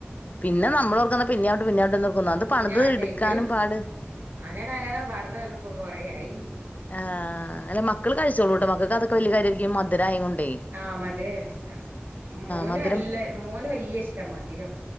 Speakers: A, on the left (about 35°); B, on the right (about 55°).
A: പിന്നെ നമ്മളോർക്കാ പിന്നാട്ട് പിന്നാട്ട് നിന്നൊട്ക്കും ഒന്നാമത്
B: പിന്നെ
A: പണിത്
B: ആട്ടേക്കും
A: ഇട്ക്കാനും പാട്
B: അങ്ങനെ അങ്ങനെ പറഞ്ഞ് പറഞ്ഞ്പ്പ കൊറെയായി
A: ആഹ് അല്ല മക്കള് കഴിച്ചോളുംട്ടോ മക്കൾക്കതൊക്കെ വല്യ കാര്യായ്രിക്കു മധുരായോണ്ടേ
B: ആഹ് മധുരം ആയ ഇഷ്ടാ മോന്
A: മധുരം
B: നല്ല മോന് വല്യ ഇഷ്ടാ മധുരം